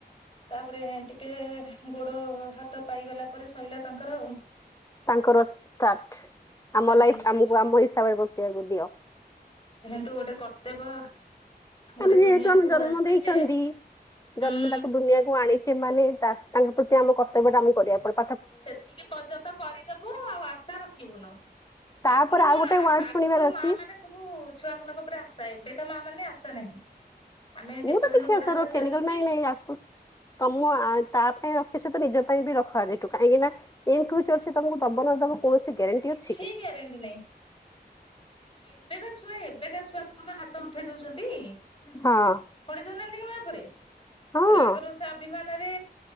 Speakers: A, on the left; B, on the left.
A: ତାପରେ ଟିକେ ଟିକେ ଗୋଡ ହାତ ପାଇଗଲା ପରେ ଶଇଲା ତାଙ୍କର।
B: ତାଙ୍କର ସ୍ଟାର୍ଟ ଆମ
A: ହେଇଗଲା
B: ଲାଇଫ ଆମକୁ ଆମ ହିସାବରେ ବଞ୍ଚିବାକୁ ଦିଅ।
A: ତୁ ଗୋଟେ କର୍ତ୍ତବ୍ୟ ଗୋଟେ
B: ଆମେ ଯେହେତୁ
A: ଦୁନିଆକୁ
B: ଆମେ ଜନ୍ମ
A: ଆସିଛେ
B: ଦେଇଛନ୍ତି
A: ହୁଁ
B: ଜନ୍ମ ତାକୁ ଦୁନିଆକୁ ଆଣି ମାନେ ତା ତାଙ୍କ ପ୍ରତି ଆମ କର୍ତ୍ତବ୍ୟ ଟା ଆମ କୁ କରିବା ପଡ
A: ସେତିକି ପର୍ଯ୍ୟନ୍ତ କରିଦେବୁ ଆଉ ଆଶା ରଖିବୁନୁ।
B: ତାପରେ
A: ଆଗରୁ କଣ
B: ଆଉ ଗୋଟେ ୱାର୍ଡ
A: ଆଗରୁ
B: ଶୁଣିବାର ଅଛି
A: ମା ମାନେ ସବୁ ଛୁଆ ମାନଙ୍କ ପୁରା ଆସା ଏବେକା ମା ମାନେ ଆସା ନାହିଁ। ଆମେ ଯେ
B: ମୁଁ
A: ପର୍ଯ୍ୟନ୍ତ
B: ତ କିଛି
A: ଗୋଡ
B: ଆସା
A: ହାତ
B: ରଖେନି
A: ଚାଲୁଛି
B: କହିଲ ନାଇଁ ନାଇଁ ଆକୁ ତମ ଆ ତା ପାଇଁ ରଖିବା ସହିତ ନିଜ ବି ରଖ ଆଜିଠୁ କାଁଇକିନା ଇନ ଫ୍ୟୁଚର ସେ ତମକୁ ଦବ ନ ଦବ କୌଣସି ଗ୍ୟାରେଣ୍ଟି
A: କିଛି
B: ଅଛି କି?
A: ଗ୍ୟାରଣ୍ଟି ନାହିଁ। ଏ ଏବେ ବା ଛୁଆ ଏବେକା ଛୁଆ କହୁନ ହାତ ଉଠେଇ ଦଉଛନ୍ତି। ଫୋଇ
B: ହଁ
A: ଦଉନାହାନ୍ତି କି ମା ଉପରେ
B: ହଁ
A: ରାଗରୁଷା ଅଭିମାନରେ